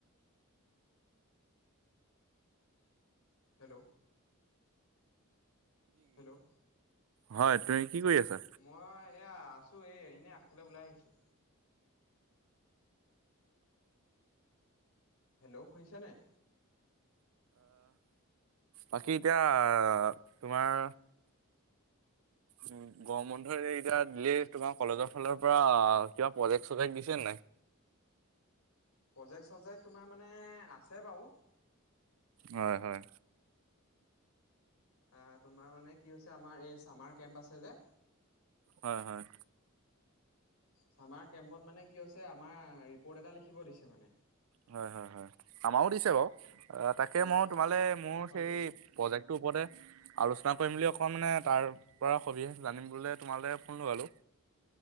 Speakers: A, on the left; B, on the right.
A: হেল্ল'? হেল্ল'
B: হয় তুমি কি কৰি আছা?
A: মই এয়া আছো এই এনে আগফালে ওলাই আহিছো। হেল্ল' শুনিছা নে নাই?
B: বাকী এতিয়া তোমাৰ উম। গৰম বন্ধ এতিয়া দিলে তোমাৰ কলেজৰ ফালৰ পৰা কিবা প্ৰজেক্ট চজেক্ট দিছে নে নাই?
A: প্ৰজেক্ট চজেক্ট তোমাৰ মানে আছে বাৰু।
B: হয় হয়।
A: অ', তোমাৰ মানে কি হৈছে আমাৰ এই চামাৰ কেম্প আছে যে
B: হয় হয়।
A: চামাৰ কেম্পত মানে কি হৈছে আমাৰ ৰিপৰ্ট এটা লিখিব দিছে মানে।
B: হয় হয় হয় আমাৰো দিছে বাৰু তাকে
A: তোমাৰ
B: মই তোমালে মোৰ
A: হয়
B: সেই
A: হয়
B: প্ৰজেক্টটোৰ ওপৰতে আলোচনা কৰিম বুলি অকণ মানে তাৰ পৰা সবিশেষ জানিম বোলে তোমালৈ ফোন লগালোঁ।